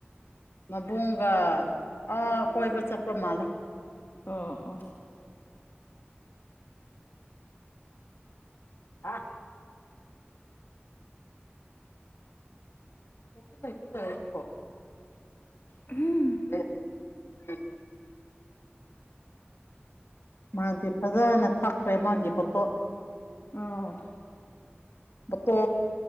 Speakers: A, on the left; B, on the left.
A: ꯃꯕꯨꯡꯒ ꯑꯥ ꯀꯣꯏꯕ ꯆꯠꯄ ꯃꯥꯜꯂ
B: ꯑ ꯑꯣ
A: ꯍꯥ ꯎ ꯆ ꯇ ꯏꯀꯣ
B: ꯎꯝ
A: ꯎꯝ ꯎꯝ ꯃꯥꯗꯤ ꯐꯖꯅ ꯊꯈ꯭ꯔꯦ ꯃꯥꯒꯤ ꯕꯣꯇꯣꯠ
B: ꯑꯣ
A: ꯠꯇꯣ